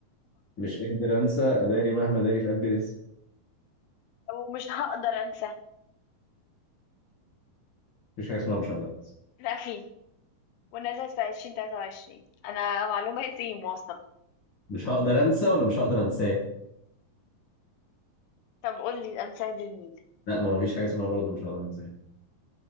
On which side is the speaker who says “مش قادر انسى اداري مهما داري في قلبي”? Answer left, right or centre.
Left